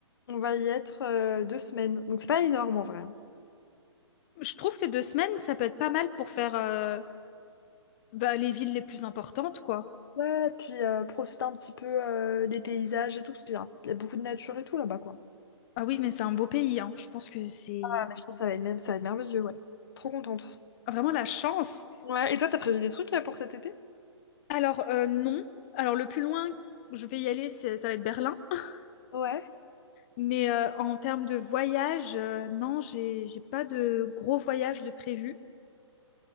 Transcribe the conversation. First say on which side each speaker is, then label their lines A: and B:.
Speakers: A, on the left (about 50°); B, on the left (about 25°).
A: On va y être euh, deux semaines. Donc, c'est pas énorme en vrai. hein.
B: Je trouve que deux semaines, ça peut être pas mal pour faire euh, bah, les villes les plus importantes, quoi.
A: Ouais, puis euh, profiter un petit peu euh, des paysages et tout, parce qu'il y a, il y a beaucoup de nature et tout là-bas, quoi.
B: Ah oui, mais c'est un beau pays, hein. Je pense que c'est
A: Ah, mais je pense que ça va être même, ça va être merveilleux, ouais. Trop contente.
B: vraiment la chance.
A: Ouais, et toi, t'as prévu des trucs euh, pour cet été?
B: Alors, euh, non. Alors, le plus loin, je vais y aller, c'est- ça va être Berlin. <laughs>
A: Ouais,
B: Mais euh, en termes de voyage, euh, non, j'ai, j'ai pas de gros voyage de prévu.